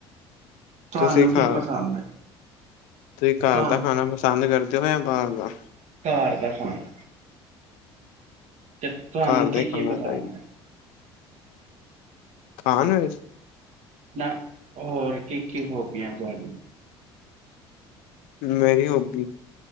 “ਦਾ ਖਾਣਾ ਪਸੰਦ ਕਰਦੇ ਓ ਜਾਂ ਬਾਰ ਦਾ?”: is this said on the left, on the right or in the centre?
Left